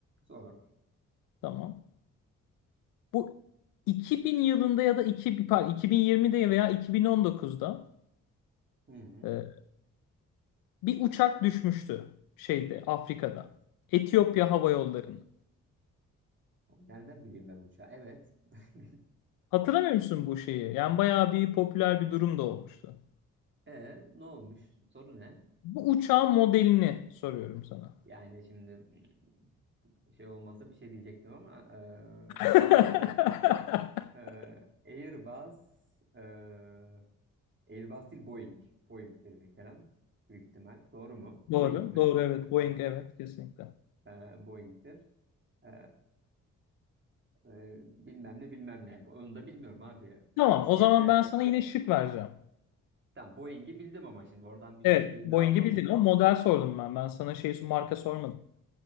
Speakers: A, on the right; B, on the left.
A: Sor.
B: Tamam. Bu 2000 yılında ya da 2, pardon, 2020'de veya 2019'da
A: Hı hı.
B: e, bir uçak düşmüştü şeyde Afrika'da. Etiyopya Hava Yolları'nın.
A: Nereden bileyim ben uçağı? Evet. <laughs>
B: Hatırlamıyor musun bu şeyi? Yani bayağı bir popüler bir durum da olmuştu.
A: E ne olmuş? Soru ne?
B: Bu uçağın modelini soruyorum sana.
A: Yani şimdi hmm, şey olmasa bir şey diyecektim ama
B: <laughs>
A: e, modeli Ee, Airbus, ee, Airbus değil Boeing. Boeing'tir bir kere. Büyük ihtimal. Doğru mu?
B: Doğru,
A: Boeing mi?
B: doğru evet. Boeing
A: Tamam.
B: evet kesinlikle.
A: Ee, Boeing'tir. Ee, e, bilmem ne bilmem ne. Onu da bilmiyorum abi.
B: Tamam,
A: X,
B: o
A: Y,
B: zaman
A: Z.
B: ben sana yine şık vereceğim.
A: Tamam Boeing'i bildim ama şimdi oradan bir
B: Evet,
A: %50
B: Boeing'i
A: almalıyım.
B: bildin ama model sordum ben. Ben sana şey marka sormadım.